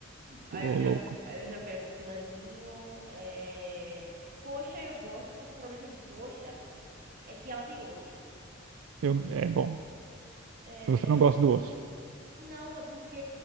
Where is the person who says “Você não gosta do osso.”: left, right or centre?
Right